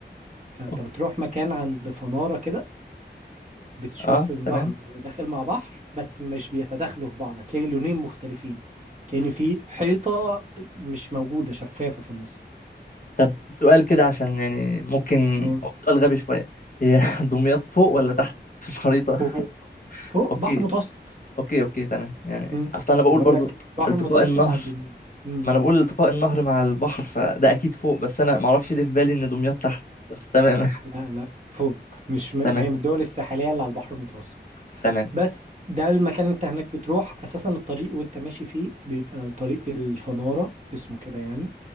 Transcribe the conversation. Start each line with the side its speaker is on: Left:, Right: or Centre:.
Right: فأنت
Left: أوف.
Right: بتروح مكان عند فنارة كده بتشوف
Left: اه
Right: النهر
Left: تمام
Right: وهو داخل مع بحر بس مش بيتداخلوا في بعض هتلاقي لونين مختلفين كأن
Left: أوف.
Right: في حيطة مش موجودة شفافة في النص
Left: طب سؤال كده عشان يعني ممكن
Right: مم.
Left: هو سؤال غبي شويه هي <laughs> دمياط فوق ولا تحت في الخريطه
Right: فوق فوق
Left: اوكي
Right: بحر متوسط
Left: اوكي اوكي تمام يعني
Right: مم.
Left: اصل انا بقول
Right: بقول
Left: برضو
Right: لك بحر
Left: التقاء
Right: متوسط
Left: النهر
Right: على الدنيا مم.
Left: ما انا بقول التقاء النهر مع البحر فده اكيد فوق بس انا ما اعرفش ليه
Right: مم.
Left: في بالي ان دمياط تحت بس تمام
Right: لا لا فوق مش
Left: <laughs>
Right: م... هي
Left: تمام
Right: من الدول الساحلية اللي على البحر المتوسط
Left: تمام
Right: بس ده المكان انت هناك بتروح اساسا الطريق وانت ماشي فيه بيبقى الطريق الفنارة اسمه كده يعني